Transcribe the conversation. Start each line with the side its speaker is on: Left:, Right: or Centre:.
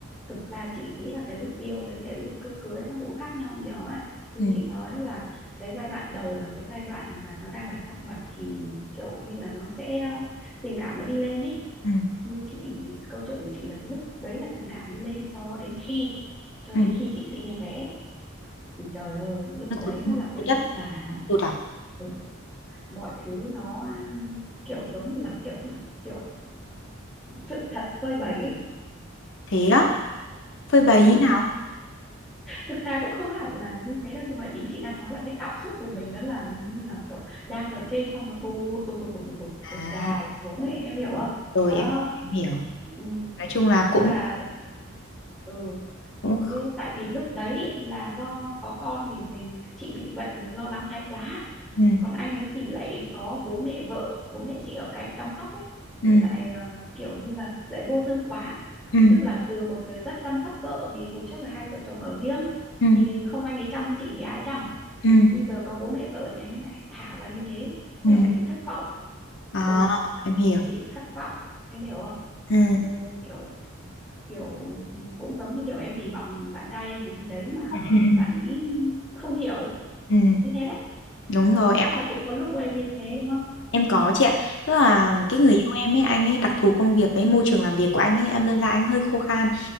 Centre: thực ra chị nghĩ là cái lúc yêu với cái lúc cưới cưới nó cũng khác nhau nhiều ấy như
Left: Ừ,
Centre: chị nói là cái giai đoạn đầu là cái giai đoạn mà nó đang là trăng mật thì kiểu như là nó sẽ ờ, tình cảm nó đi lên ấy
Left: ừ,
Centre: như chị câu chuyện của chị là lúc đấy là tình cảm đi lên cho đến khi cho
Left: ừ.
Centre: đến khi chị sinh em bé thì trời ơi lúc
Left: Nó
Centre: đấy
Left: tụt tụt
Centre: mới là cái lúc
Left: đất,
Centre: mà
Left: tụt à?
Centre: ừ, mọi thứ nó ừ, kiểu giống như là kiểu kiểu sự thật phơi bày ấy.
Left: Thế đó, phơi bày
Centre: Ừ,
Left: như nào?
Centre: thực ra cũng không hẳn là như thế đâu nhưng mà ý chị đang nói là cái cảm xúc của mình đó là như là kiểu đang ở trên xong nó tụt tụt tụt tụt tụt tụt,
Left: À,
Centre: tụt dài xuống ấy em hiểu không
Left: rồi
Centre: đó
Left: em, em hiểu.
Centre: ừ.
Left: Nói chung là
Centre: thế
Left: cũng
Centre: là ừ
Left: cũng
Centre: thế tại vì lúc đấy là do có con thì mình chị bị bệnh lo lắng thái quá
Left: ừ,
Centre: còn anh ấy thì lại có bố mẹ vợ bố mẹ chị ở cạnh chăm sóc ấy
Left: ừ,
Centre: thì lại ờ, kiểu như là lại vô tư quá
Left: ừ,
Centre: tức là từ một người rất chăm sóc vợ vì hồi trước là hai vợ chồng ở riêng
Left: ừ,
Centre: thì không anh ấy chăm chị thì ai chăm
Left: ừ,
Centre: nhưng giờ có bố mẹ vợ thì anh ấy lại thả ra như thế
Left: ừ.
Centre: thế là mình bị thất vọng
Left: À,
Centre: ừ
Left: em hiểu.
Centre: mình bị thất vọng em hiểu không
Left: Ừ,
Centre: ừ, kiểu kiểu cũng giống như kiểu em kỳ vọng bạn trai em cái gì đấy mà
Left: ừ, ừ, ừ.
Centre: bạn ý không hiểu
Left: ừ.
Centre: như thế đấy
Left: Đúng rồi,
Centre: thì
Left: em
Centre: chắc
Left: cũng
Centre: là cũng có lúc của em như thế đúng không
Left: Em có chị ạ. Tức là cái
Centre: ừ.
Left: người yêu em ấy, anh ấy đặc thù công việc với môi trường làm việc của anh ấy, em đơn ra anh hơi khô khan.